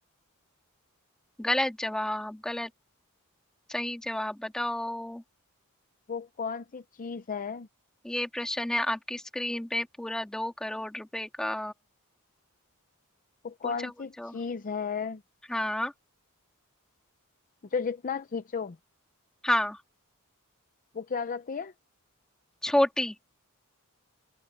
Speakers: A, in the centre; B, on the left.
A: गलत जवाब गलत सही जवाब बताओ
B: वो कौन सी चीज है
A: ये प्रश्न है आपकी स्क्रीन पे पूरा दो करोड़ रुपए का
B: वो
A: पूछो
B: कौन
A: पूछो
B: सी चीज है
A: हाँ
B: जो जितना खींचो
A: हाँ
B: वो क्या हो जाती है
A: छोटी